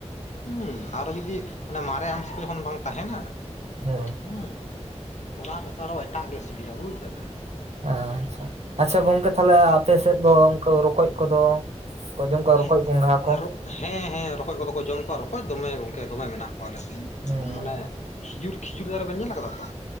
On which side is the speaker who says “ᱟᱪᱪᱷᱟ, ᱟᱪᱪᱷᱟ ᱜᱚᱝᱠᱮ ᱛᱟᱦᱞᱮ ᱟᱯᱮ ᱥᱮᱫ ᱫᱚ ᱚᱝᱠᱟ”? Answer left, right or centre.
Right